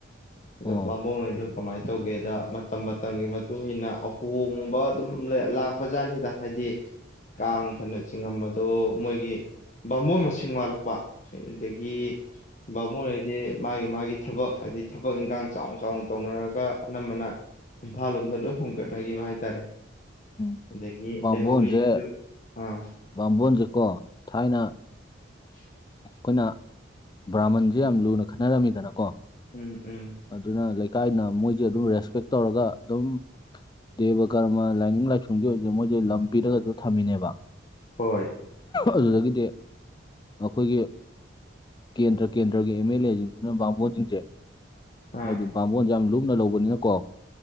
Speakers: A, on the left (about 40°); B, on the left (about 25°).
A: ꯑꯗꯣ
B: ꯑꯣ
A: ꯕꯥꯃꯣꯟꯉꯩꯗꯣ ꯀꯃꯥꯏꯅ ꯇꯧꯒꯦꯗ ꯃꯇꯝ ꯃꯇꯝꯒꯤ ꯃꯇꯨꯡꯏꯟꯅ ꯑꯍꯣꯡꯕ ꯑꯗꯨꯝ ꯂꯥꯛꯄ ꯖꯥꯠꯅꯤꯗ ꯍꯥꯏꯗꯤ ꯀꯤ ꯀꯥꯡ ꯐꯅ ꯆꯤꯡꯉꯝꯕꯗꯣ ꯃꯣꯏꯒꯤ ꯕꯥꯃꯣꯟ ꯃꯁꯤꯡ ꯋꯥꯠꯂꯛꯄ ꯑꯗꯒꯤ ꯕꯥꯃꯣꯟ ꯍꯥꯢꯗꯤ ꯃꯥꯒꯤ ꯃꯥꯒꯤ ꯊꯕꯛ ꯍꯥꯏꯗꯤ ꯊꯕꯛ ꯏꯟꯈꯥꯡ ꯆꯥꯎꯅ ꯆꯥꯎꯅ ꯇꯧꯅꯔꯒ ꯑꯅꯝꯕꯅ ꯏꯝꯐꯥꯜ ꯂꯣꯝꯗ ꯂꯣꯏ ꯍꯣꯡꯒꯠꯅꯈꯤꯕ ꯍꯥꯏꯇꯥꯔꯦ
B: ꯎꯝ
A: ꯑꯗꯒꯤ
B: ꯕꯥꯝꯕꯣꯟꯖꯦ
A: ꯂꯩꯍꯧꯔꯤꯗꯨꯁꯨ ꯑꯥ
B: ꯕꯥꯝꯕꯣꯟꯖꯦꯀꯣ ꯊꯥꯏꯅ
A: <inaudible>
B: ꯑꯩꯈꯣꯏꯅ ꯕ꯭ꯔꯥꯃꯟꯁꯦ ꯌꯥꯝ ꯂꯨꯅ ꯈꯟꯅꯔꯝꯃꯤꯗꯅꯀꯣ
A: ꯎꯝ ꯎꯝ
B: ꯑꯗꯨꯅ ꯂꯩꯀꯥꯏꯅ ꯃꯣꯏꯁꯦ ꯑꯗꯨꯝ ꯔꯦꯁꯄꯦꯛ ꯇꯧꯔꯒ ꯑꯗꯨꯝ ꯗꯦꯕ ꯀꯔꯃ ꯂꯥꯏꯅꯤꯡ ꯂꯥꯏꯁꯣꯟꯒꯤ ꯑꯣꯏꯁꯨ ꯃꯣꯏꯁꯦ ꯂꯝ ꯄꯤꯔꯒꯁꯗꯨ ꯊꯝꯃꯤꯅꯦꯕ
A: ꯍꯣꯏ
B: ꯑꯗꯨꯗꯒꯤꯗꯤ ꯑꯩꯈꯣꯏꯒꯤ ꯀꯦꯟꯗ꯭ꯔ ꯀꯦꯟꯗ꯭ꯔꯒꯤ ꯑꯦꯝ ꯑꯦꯜ ꯑꯦ ꯁꯤꯡꯁꯤꯅ ꯕꯥꯃꯣꯟꯁꯤꯡꯁꯦ
A: ꯑꯥ
B: ꯍꯥꯏꯗꯤ ꯕꯥꯝꯕꯣꯟꯖꯦ ꯌꯥꯝ ꯂꯨꯝꯅ ꯂꯧꯕꯅꯤꯅꯀꯣ